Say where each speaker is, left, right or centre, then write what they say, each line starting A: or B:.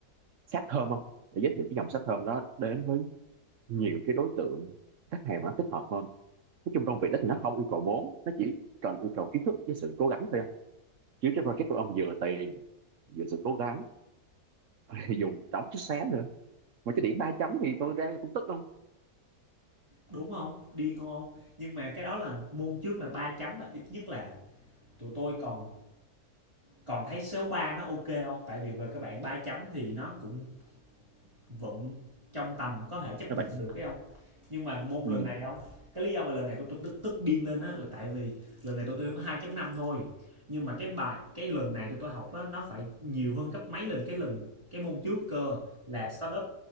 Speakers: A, on the right; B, on the right.
A: sáp thơm không để giới thiệu cái dòng sáp thơm đó đến với nhiều cái đối tượng khách hàng mà nó thích hợp hơn nói chung công việc đó thì nó không yêu cầu vốn nó chỉ cần yêu cầu kiến thức với sự cố gắng thôi Không, chứ cái project của ông vừa tiền vừa sự cố gắng Thì dùng trống chút xé nữa mà cái điểm ba chấm thì tôi ra cũng tức không
B: đúng không điên không nhưng mà cái đó là môn trước là ba chấm là ít nhất là tụi tôi còn còn thấy số 3 nó ok không tại vì về các bạn ba chấm thì nó cũng vẫn trong tầm có thể chấp
A: các
B: nhận
A: bạn
B: được cái không nhưng mà môn lần
A: ừ
B: này không cái lý do mà lần này tôi tôi tức tức điên lên á là tại vì lần này tôi tôi có 2 năm thôi nhưng mà cái bài cái lần này tôi tôi học á nó phải nhiều hơn gấp mấy lần cái lần cái môn trước cơ là startup